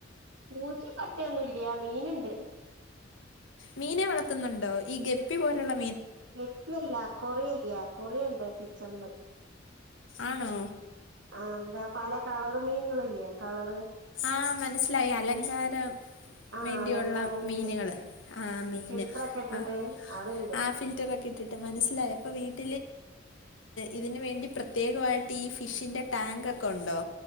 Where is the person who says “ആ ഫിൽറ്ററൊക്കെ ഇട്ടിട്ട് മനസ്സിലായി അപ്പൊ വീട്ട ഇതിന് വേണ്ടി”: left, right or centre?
Left